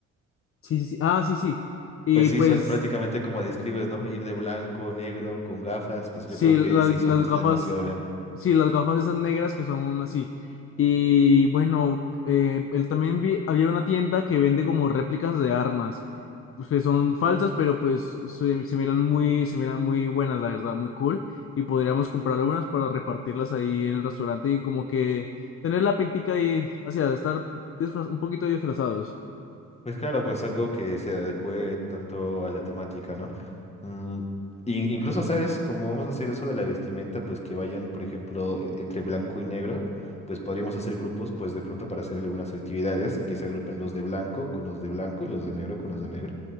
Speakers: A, on the left; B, on the left.
A: Sí, sí, sí. Ah, sí, sí. Y
B: Pues sí,
A: pues,
B: son prácticamente como describes, ¿no? Ir de blanco, negro, con gafas, pues
A: sí,
B: yo creo
A: las,
B: que sí, se
A: las
B: ajusta
A: gafas,
B: demasiado bien.
A: sí, las gafas esas negras que son así. Y bueno, eh, él también vi, había una tienda que vende como réplicas de armas. Pues que son falsas, pero pues se, se miran muy, se miran muy buenas, la verdad, muy cool. Y podríamos comprar algunas para repartirlas ahí en el restaurante y como que tener la pintica ahí, o sea, estar disfraz un poquito disfrazados.
B: Pues claro, pues algo que se adecue tanto a la temática, ¿no? Mm, in- incluso, ¿sabes? Como vamos a hacer eso de la vestimenta, pues que vayan, por ejemplo, e- entre blanco y negro, pues podríamos hacer grupos, pues de pronto para hacer algunas actividades, que se agrupen los de blanco con los de blanco y los de negro con los de negro.